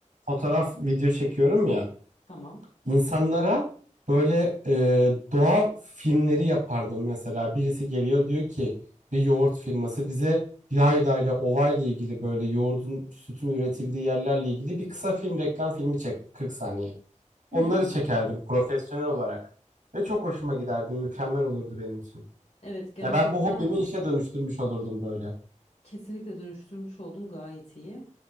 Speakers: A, on the right (about 90°); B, on the left (about 50°).
A: fotoğraf video çekiyorum ya.
B: Tamam.
A: İnsanlara böyle e, doğa filmleri yapardım mesela. Birisi geliyor diyor ki bir yoğurt firması bize yaylayla, ovayla ilgili böyle yoğurdun, sütün üretildiği yerlerle ilgili bir kısa film, reklam filmi çek 40 saniye. Onları
B: Hmm.
A: çekerdim profesyonel olarak ve çok hoşuma giderdi. Mükemmel olurdu benim için.
B: Evet gerçekten
A: Ya ben bu hobimi işe dönüştürmüş olurdum böyle.
B: kesinlikle dönüştürmüş oldun gayet iyi.